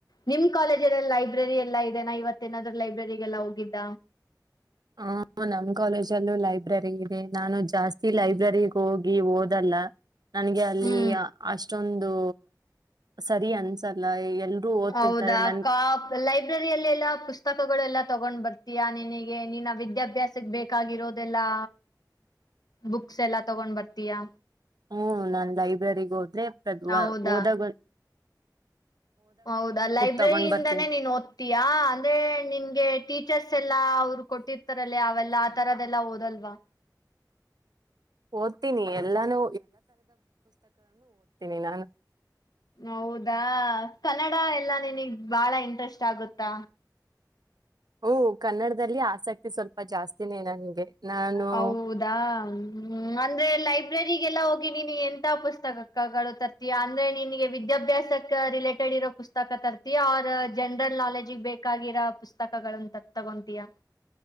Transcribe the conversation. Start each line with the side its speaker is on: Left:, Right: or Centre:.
Left: ನಿಮ್ ಕಾಲೇಜಲ್ಲ ಲೈಬ್ರರಿ ಎಲ್ಲಾ ಇದೆನಾಾ ಇವತ್ತೇನಾದ್ ಲೈಬ್ರರಿಗೆಲ್ಲ ಹೋಗಿದ್ದ
Right: ಹ ನಮ್ ಕಾಲೇಜಲ್ಲೂ ಲೈಬ್ರರಿ ಇದೆ ನಾನು ಜಾಸ್ತಿ ಲೈಬ್ರರಿಗ್ ಹೋಗಿ ಓದಲ್ಲ ನನ್ಗೆ ಅಲ್ಲಿ
Left: ಹ್ಮ್
Right: ಅಷ್ಟೊಂದು ಸರಿ ಅನ್ಸಲ್ಲ ಎಲ್ರೂ ಓದ್ತಿರ್ತಾರೆ
Left: ಹೌದಾ
Right: ನನ್
Left: ಕ ಲೈಬ್ರರಿಯಲ್ಲಿ ಎಲ್ಲ ಪುಸ್ತಕಗಳು ಎಲ್ಲಾ ತಗೊಂಡ್ ಬರ್ತೀಯಾ ನಿನಗೆ ನೀನ್ನ ವಿದ್ಯಾಭ್ಯಾಸಕ್ಕೆ ಬೇಕಾಗಿರೋದೆಲ್ಲಾ ಬುಕ್ಸ್ ಎಲ್ಲಾ ತಗೊಂಡ್ ಬರ್ತೀಯಾ
Right: ಹ್ಮ ನನ್ ಲೈಬ್ರರಿಗ್ ಹೋದ್ರೆದ್
Left: ಹೌದಾ
Right: ಹೋದಾಗ
Left: ಹೌದಾ ಲೈಬ್ರರಿಯಿಂದಾನೇ
Right: ತಗೊಂಡ್ ಬರ್ತೀನಿ
Left: ನೀನ್ ಓದ್ತಯಾ ಅಂದ್ರೆ ನಿಮಗೆ ಟೀಚರ್ಸ್ ಎಲ್ಲಾ ಅವರು ಕೊಟ್ಟಿರ್ತಾರಲ್ಲೇ ಅವೆಲ್ಲ ಆ ತರದೆಲ್ಲಾ ಓದಲ್ವಾ
Right: ಓದ್ತೀನಿ ಎಲ್ಲಾನು ನಿ ನಾನು
Left: ಹೌದಾ ಕನ್ನಡ ಎಲ್ಲ ನಿನಗ್ ಬಾಳ ಇಂಟ್ರೆಸ್ಟ್ ಆಗುತ್ತಾ
Right: ಹಓ ಕನ್ನಡದಲ್ಲಿ ಆಸಕ್ತಿ ಸ್ವಲ್ಪ ಜಾಸ್ತಿನೇ ನನ್ಗೆ ನಾನು
Left: ಹೌದಾ್ಮ ಅಂದ್ರೆ ಲೈಫ್ ಲೈಬ್ರರಿಗೆಲ್ಲ ಹೋಗಿ ನೀಿನ ಎಂ ಪುಸ್ತಕಗಳು ತರ್ತೀಯಾ ಅಂದ್ರೆ ನಿನಗೆ ವಿದ್ಯಾಭ್ಯಾಸಕ್ಕೆ ರಿಲೇಟೆಡ್ ಇರೋ ಪುಸ್ತಕ ತರ್ತೀಯ ಅವ ಜನರಲ್ ನಾಲೆಜ ಬೇಕಾಗಿರೋ ಪುಸ್ತಕಗಳನ್ನ ತಗೋತೀಯಾ ಹ